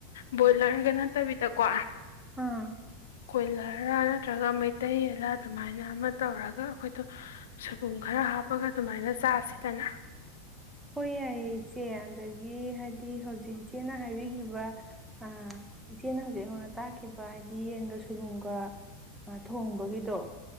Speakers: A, on the left; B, in the centre.
A: ꯕꯣꯏꯂꯔꯒ ꯅꯠꯇꯕꯤꯗꯀꯣ
B: ꯑꯥ
A: ꯀꯣꯏꯂꯔꯔ ꯅꯠꯇ꯭ꯔꯒ ꯃꯩꯇꯩ ꯌꯦꯟꯂ ꯑꯗꯨꯃꯥꯏꯅ ꯑꯃ ꯇꯧꯔꯒ ꯑꯩꯈꯣꯏ ꯑꯗ ꯁꯣꯏꯕꯨꯝ ꯈꯔ ꯍꯥꯞꯄꯒ ꯑꯗꯨꯃꯥꯏꯅ ꯆꯥꯁꯤꯗꯅ
B: ꯍꯣꯏ ꯌꯥꯏꯌꯦ ꯏꯆꯦ ꯑꯗꯒꯤ ꯍꯥꯏꯗꯤ ꯍꯧꯖꯤꯛ ꯏꯆꯦꯅ ꯍꯥꯏꯕꯤꯈꯤꯕ ꯑ ꯏꯆꯦꯅ ꯍꯧꯖꯤꯛ ꯑꯩꯉꯣꯟꯗ ꯇꯥꯛꯈꯤꯕ ꯍꯥꯏꯗꯤ ꯌꯦꯟꯒ ꯁꯣꯏꯕꯨꯝꯒ ꯊꯣꯡꯕꯒꯤꯗꯣ